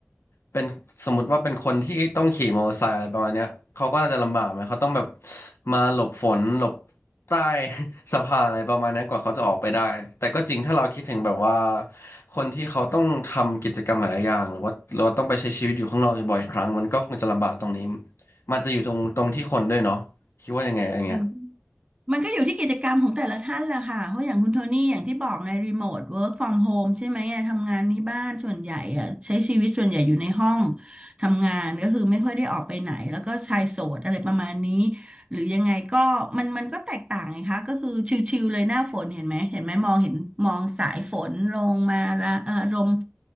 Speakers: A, on the left; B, on the right.
A: เป็นสมมติว่าเป็นคนที่ต้องขี่มอเตอร์ไซค์อะไรประมาณเนี้ยเขาก็น่าจะลำบากไหมเขาต้องแบบมาหลบฝนหลบใต้ <laughs> สะพานอะไรประมาณนั้นกว่าเขาจะออกไปได้แต่ก็จริงถ้าเราคิดถึงแบบว่าคนที่เขาต้องทำกิจกรรมหลายอย่างหรือว่าเราต้องไปใช้ชีวิตอยู่ข้างนอกบ่อยครั้งมันก็คงจะลำบากตรงนี้มันจะอยู่ตรงตรงที่คนด้วยเนาะคิดว่ายังไงอะไรเงี้ย
B: มัน มันก็อยู่ที่กิจกรรมของแต่ละท่านแหละค่ะเพราะอย่างคุณโทนี่อย่างที่บอกไงรีโมทเวิร์กฟอร์มโฮมใช่ไหมอะทำงานที่บ้านส่วนใหญ่อะใช้ชีวิตส่วนใหญ่อยู่ในห้องทำงานก็คือไม่ค่อยได้ออกไปไหนแล้วก็ชายโสดอะไรประมาณนี้หรือยังไงก็มันมันก็แตกต่างไงคะก็คือชิลๆเลยหน้าฝนเห็นไหมเห็นไหมมองเห็นมองสายฝนลงมาละเอ่ออารมณ์